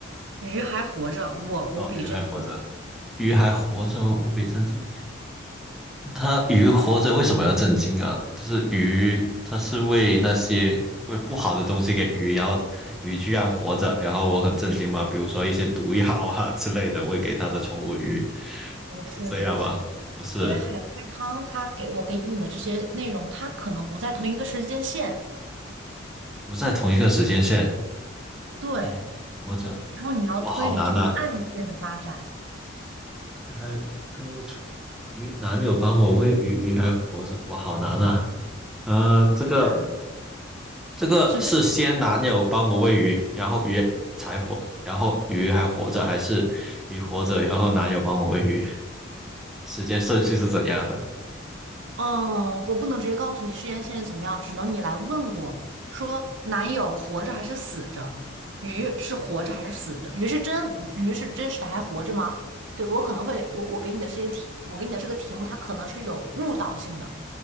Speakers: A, on the right; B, in the centre.
A: 鱼还活着，我无比震惊。
B: 哦，鱼还活着，鱼还活着哦，无比震惊。它鱼活着为什么要震惊啊？就是鱼，它是喂那些喂不好的东西给鱼，然后鱼居然活着，然后我很震惊嘛。比如说一些毒药啊 <laughs> 之类的喂给它的宠物鱼，
A: 不是的，
B: 是这样吗？
A: 不是的，因为因为海龟汤它给我给你的这些内容，
B: 不是，
A: 它可能不在同一个时间线，
B: 不在同一个时间线。
A: 对，
B: 鱼活着，
A: 然后你要推理这个案件的发展。
B: 哇，好难啊！还，哎呦，鱼男友帮我喂鱼，鱼还活着，哇，好难啊！嗯、呃这个。
A: 啊，
B: 这个是先男友帮我喂鱼，
A: 这。
B: 然后鱼才活，然后鱼还活着，还是鱼活着，然后男友帮我喂鱼？时间顺序是怎样的？
A: 哦，我不能直接告诉你事件现在怎么样，只能你来问我说，男友活着还是死着？鱼是活着还是死着？鱼是真，鱼是真实的还活着吗？对，我可能会，我我给你的这些题，我给你的这个题目，它可能是有误导性的，